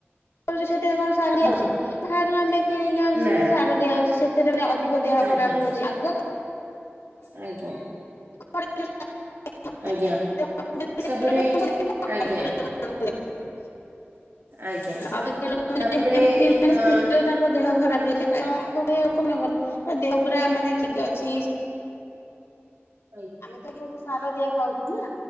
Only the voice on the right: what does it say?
ହଁ
ନା
ଆଜ୍ଞା
ଆଜ୍ଞା।
ଆଜ୍ଞା ତାପରେ ଆଜ୍ଞା ଆଜ୍ଞା
ତାପରେ
ଅ
ଆଜ୍ଞା।